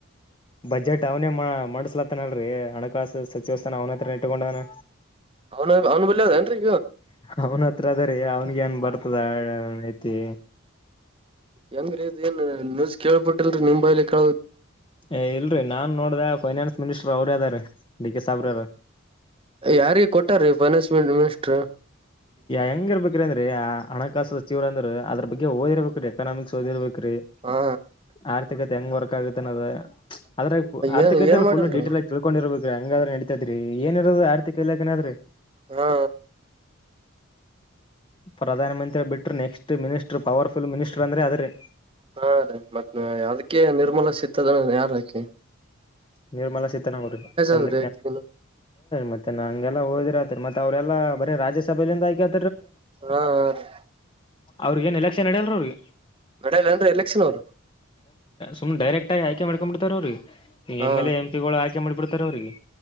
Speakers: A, on the left; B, on the right.
A: ಬಜೆಟ್ ಅವನೇ ಮಾಡಸ್ಲತ್ತನಲ್ರರಿ ಹಣಕಾಸು ಸಚಿವ ಸ್ಥಾನ ಅವನತ್ರ ಇಟ್ಟಕೊಂಡವನ
B: ಆ ಆನು ಬಲ್ಲಿ ಹದಏನು ರೀ
A: ಅವನ ಹತ್ರ ಅದ ರೀ ಅವನ್ಗ ಏನ್ ಬರ್ತದ ಅವನ್ ಐತಿ
B: ಹೆಂಗ್ರೀ ಇದ ಏನ್ ನೀಜ ಕೇಳ್ಬಿಟ್ಟಿಲ್ರಿ ನಿಮ್ ಬೈಲಿ ಕ
A: ಏ ಇಲ್ರಿ ನಾನ್ ನೋಡ್ದ ಫೈನಾನ್ಸ್ ಮಿನಿಸ್ಟರ್ ಅವ್ರ ಅದಾರ ಡಿ ಕೆ ಸಾಬ್ರಾರ
B: ಯಾರಿಗ ಕೊಟ್ಟಾರೀ ಫೈನಾನ್ಸ್ ಮಿನಿಸ್ಟರ್
A: ಹೆಂಗರ್ಬೇಕ್ರಂದ ಹಣಕಾಸು ಸಚಿವರ ಅಂದ್ರ ಅದ್ರ ಬಗ್ಗೆ ಓದಿರ್ಬೇಕು ಎಕನಾಮಿಕ್ಸ್ ಓದಿರ್ಬೇಕು ್ರಿ
B: ಹಾ
A: ಆರ್ಥಿಕತೆ ಹೆಂಗ್ ವರ್ಕ್ ಆಗತ್ತನದ ರ್ಿಕ
B: ಏನ್ ಏನ್ ಮಾಡೇನ್ರಿ
A: ು ಡಟೇಲ್ ಆಗ ತಿಳ್ಕೊಂಡಿರೋದು ಹಂಗಾದ್ರೆ ನಡಿತತೈ್ರ ಏಿರೋದು ಆರ್ಥಿಕ ಇಲಾಖನಾದ್ರೆ
B: ಹಾ
A: ಪ್ರಧಾನಮಂತ್ರಿ ಬಿಟ್ರರು ನೆಕ್ಸ್ಟ್ ಮಿನಿಸ್ಟ್ರ್ ಪವರ್ಫುಲ್ ಮಿನಿಸ್ಟರ್ ಅಂದ್ರೆ ಆದ್ರೆ
B: ಹಾ ರೀ ಮತ್ತ ಅದಕ್ಕೆೇ ನಿರ್ಮೂಲ ಸಿತ್ತದ ಯಾರಾಕಿ
A: ನಿರ್ಮಲಾ ಸೀತನಗರು ಚಂದ
B: ಅದ್ರಿ ಆಕಿ
A: ಮತ್ತೆ ಮ ನ ಹಂಲ್ಲ ಹದಿರತ್ ಮತ್ತ್ತ ಅವ್ರೆಲ್ಲ ಬರೀ ರಾಜ್ಯಸಭೆಯಲ್ಲಿಿಂದ ಆಯಕ
B: ಹಾ ಹ ರೀ
A: ಅವ್ರಿಗ ಏನ್ ಎಲೆಕ್ಷನ್ ಅಡಲ್ ಅವ್ರಿಗೆ
B: ನಡಲ್ಲ ಅಂದ್ರೆ ಎಲೆಕ್ಷನ್ ಅವರು
A: ತು್ ಡೈರೆಕ್ ಆಗ ಆ್ಕೆ ಮಾಡಕ್ಂಬ ಬಿಡ್ತ ಅವ್ರರಿಗೆ ಈ
B: ಹಾ
A: ಎಂ ಎಂ ಪಿಗಳು ಆ್ೆ ಮಾಡ್ಬಡ್ತಾರ ಅವ್ರಿಗೆ